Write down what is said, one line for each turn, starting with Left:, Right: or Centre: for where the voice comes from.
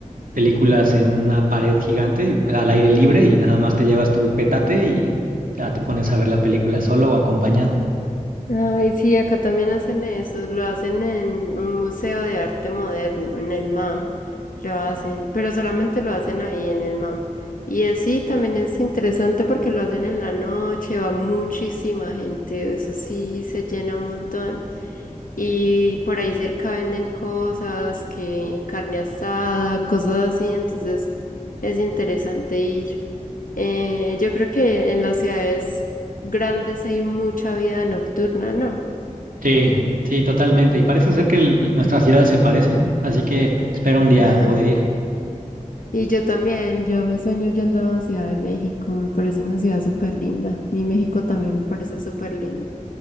Right: películas en una pared gigante y- al aire libre y nada más te llevas tu petate y ya te pones a ver la película solo o acompañado.
Left: Ay, sí, acá también hacen eso, lo hacen en un museo de arte moderno, en el MAM, lo hacen, pero solamente lo hacen ahí en el MAM. Y así también es interesante porque lo hacen en la noche, va muchísima gente, eso sí, se llena un montón. Y por ahí cerca venden cosas, que carne asada, cosas así, entonces es interesante ir. Eh, yo creo que en las ciudades grandes hay mucha vida nocturna, ¿no?
Right: Sí, sí, totalmente. Y parece ser que el- nuestras ciudades se parecen, así que espero un día
Left: <laughs> Ajá.
Right: poder ir.
Left: Y yo también, yo me sueño yendo a Ciudad de México, me parece una ciudad súper linda. Mi México también me parece súper lindo.